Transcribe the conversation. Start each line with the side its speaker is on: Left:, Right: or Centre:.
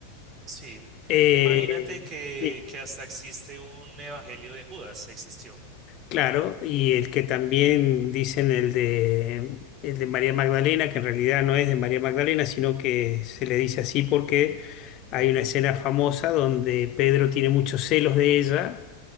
Right: Sí,
Left: Eh,
Right: imagínate que,
Left: sí,
Right: que hasta existe un evangelio de Judas, existió.
Left: claro, y el que también dicen el de, el de María Magdalena, que en realidad no es de María Magdalena, sino que se le dice así porque hay una escena famosa donde Pedro tiene muchos celos de ella